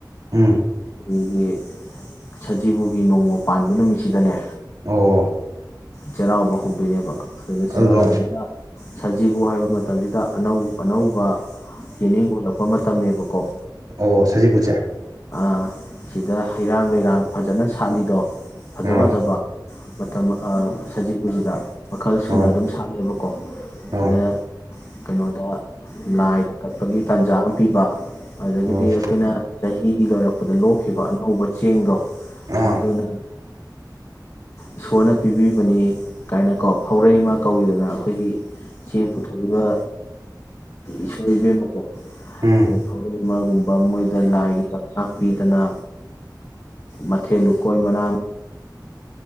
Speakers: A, on the right; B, on the left.
A: ꯎꯝ
B: ꯑꯗꯒꯤ ꯁꯖꯤꯕꯨꯒꯤ ꯅꯣꯡꯃ ꯄꯥꯟꯕ ꯅꯨꯃꯤꯠꯁꯤꯗꯅꯦ
A: ꯑꯣ
B: ꯆꯩꯔꯥꯎꯕ ꯍꯧꯗꯣꯏꯅꯦꯕ ꯐꯖ
A: ꯑꯗꯨꯗ
B: ꯆꯩꯔꯥꯎꯕꯖꯤꯅ ꯁꯖꯤꯕꯨ ꯍꯥꯏꯕ ꯃꯇꯝꯖꯤꯗ ꯑꯅꯧ ꯑꯅꯧꯕ ꯌꯦꯅꯤꯡ ꯍꯨꯂꯛꯄ ꯃꯇꯝꯅꯦꯕꯀꯣ
A: ꯑꯣ ꯁꯖꯤꯕꯨꯁꯦ
B: ꯑꯥ ꯁꯤꯗ ꯍꯩꯔꯥꯡ ꯂꯩꯔꯥꯡ ꯐꯖꯅ ꯁꯥꯠꯂꯤꯗꯣ ꯐꯖ
A: ꯑꯣ
B: ꯐꯖꯕ ꯃꯇꯝ ꯁꯖꯤꯕꯨꯖꯤꯗ ꯃꯈꯜ ꯁꯨꯅ
A: ꯑꯣ
B: ꯑꯗꯨꯝ ꯁꯥꯠꯂꯦꯕꯀꯣ
A: ꯑꯣ
B: ꯁꯤꯗ ꯀꯩꯅꯣꯗ ꯂꯥꯏꯗ ꯀꯠꯄꯒꯤ ꯇꯥꯟꯖꯥ ꯑꯃ ꯄꯤꯕ ꯑꯗꯒꯤꯗꯤ
A: ꯑꯣ
B: ꯑꯩꯈꯣꯏꯅ ꯆꯍꯤ ꯂꯣꯏꯔꯛꯄꯗ ꯂꯣꯛꯈꯤꯕ ꯑꯅꯧꯕ ꯆꯦꯡꯗꯣ
A: ꯑꯥ
B: ꯃꯗꯨꯅ ꯏꯁꯣꯔꯅ ꯄꯤꯕꯤꯕꯅꯤ ꯀꯥꯏꯅꯀꯣ ꯐꯧꯔꯩ ꯑꯃ ꯀꯧꯏꯤꯗꯅ ꯑꯩꯈꯣꯏꯒꯤ ꯆꯦꯡ ꯄꯨꯊꯣꯛꯏꯕ ꯏꯁꯣꯔ ꯏꯕꯦꯝꯃꯀꯣ
A: ꯎꯝ
B: ꯑꯗ ꯐꯧꯔꯩ ꯑꯃꯒꯨꯝꯕ ꯃꯣꯏꯗ ꯂꯥꯏꯒꯤ ꯆꯥꯛꯆꯥꯛ ꯄꯤꯗꯅ ꯃꯊꯦꯜ ꯂꯨꯀꯣꯏ ꯃꯅꯥ